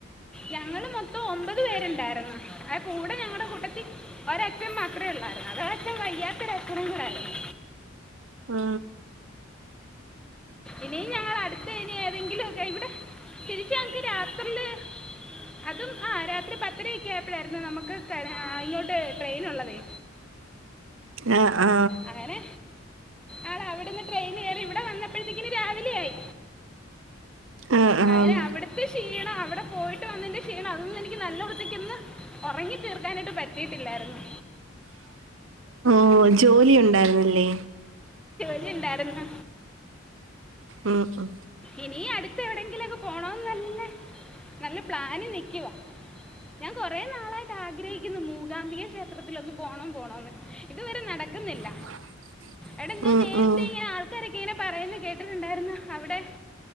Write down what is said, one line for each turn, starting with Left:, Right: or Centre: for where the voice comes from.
Centre: ഞങ്ങള് മൊത്തം ഒമ്പത് പേരുണ്ടായിരുന്ന് അത് കൂടെ ഞങ്ങടെ കു ട്ടത്തി ഒരഛൻ മാത്രേ ഒള്ളായിരുന്ന് അതോ ആച്ഛൻ വയ്യാത്തൊരച്ചനും കൂടായിരുന്നു
Right: ആ
Centre: ഇനി ഞങ്ങളടുത്ത് ഇനി ഏതെങ്കിലും ഒക്കെ ഇവിടെ തിരിച്ച് ഞങ്ങക്ക് രാത്രില് അതും ആ രാത്രി പത്തരയൊക്കെ ആയപ്പോഴായിരുന്നു നമുക്ക് തര ഇങ്ങോട്ട് ട്രെയിനൊള്ളതേ
Right: ആ ആ
Centre: അങ്ങനെ ആട അവിടുന്ന് ട്രെയിൻ കയറി ഇവിടെ വന്നപ്പോഴത്തേക്കിന് രാവിലെ ആയി
Right: ആഹ് ആഹ്
Centre: അങ്ങനെ അവിടുത്തെ ക്ഷീണം അവിടെ പോയിട്ട് വന്നതിന്റെ ക്ഷീണം അതൊന്ന് എനിക്ക് നല്ലവൃത്തിക്കൊന്ന് ഒറങ്ങി തീർക്കാനായിട്ട് പറ്റിയട്ടില്ലായിരുന്നു
Right: ഓ ജോലി ഒണ്ടായിരുന്നല്ലേ
Centre: ലി ഇണ്ടായിരുന്ന്
Right: ഉം ഉ
Centre: ഇനി അടുത്ത് എവിടെയെങ്കിലും ഒക്കെ പോണോന്ന് നല്ല. നല്ല പ്ലാന്ല് നിക്കുവാ ഞാ കൊറെ നാളായിട്ട് ആഗ്രഹിക്കുന്നു മൂകാംബിക ക്ഷേത്രത്തിലൊന്ന് പോണം പോണന്ന് ഇതുവരെ നടക്കുന്നില്ല
Right: <unintelligible>
Centre: എടോ എന്തോ
Right: ഉം
Centre: നേരത്തെ
Right: ഉം
Centre: ഇങ്ങനെ ആൾക്കാരൊക്കെ ഇങ്ങനെ പറയുന്ന കേട്ടിട്ടുണ്ടായിരുന്ന അവിടെ.